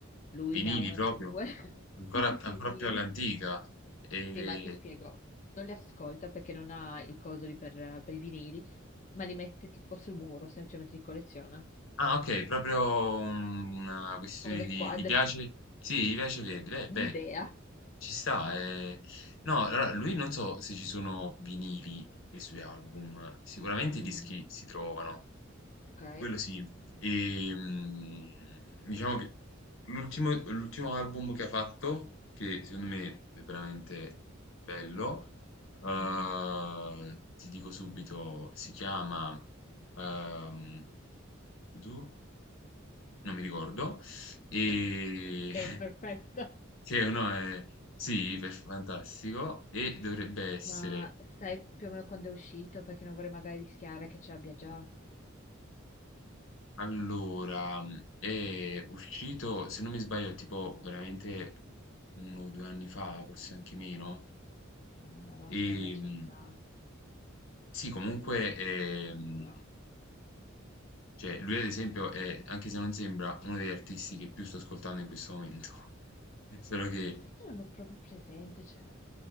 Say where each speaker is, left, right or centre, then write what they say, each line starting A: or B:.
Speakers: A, on the left (about 35°); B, on the left (about 70°).
A: Lui
B: Vinili
A: ne ha una
B: proprio,
A: delle due. <laughs>
B: ancora,
A: Sì, sì, sì,
B: ancora
A: vinili.
B: più all'antica. E...
A: Sì, ma ti spiego, non li ascolta perché non ha il coso lì per, per i vinili, ma li mette tipo sul muro, semplicemente li colleziona,
B: Ah, ok, proprio una questione
A: come dei
B: di...
A: quadri.
B: Gli piace? Sì, gli piace Verdi.
A: Sì.
B: Beh, beh,
A: L'idea.
B: ci sta. eh. No, allora, lui non so se ci sono vinili dei suoi album, sicuramente
A: Mm,
B: i dischi si trovano,
A: ok.
B: Quello sì. E, mh, diciamo che l'ultimo l'ultimo album che ha fatto, che secondo me è veramente bello, eh,
A: Mm.
B: ti dico subito, si chiama... ehm, tu? Non mi ricordo. E
A: <laughs> Ok,
B: <laughs>
A: perfetto.
B: che uno è sì, per- fantastico. E dovrebbe essere
A: Ma sai più o meno quando è uscito? Perché non vorrei magari rischiare che ce l'abbia già.
B: Allora, mhmm, è uscito, se non mi sbaglio, tipo veramente uno o due anni fa, forse anche meno.
A: Ah, allora secondo
B: E
A: me ce
B: mh,
A: l'ho già.
B: sì, comunque, è, mh,
A: Sicuro.
B: cioè, lui ad esempio è, anche se non sembra, uno degli artisti che più sto ascoltando in questo momento. <laughs> Solo che,
A: Ma sai che non ho proprio presente, cioè...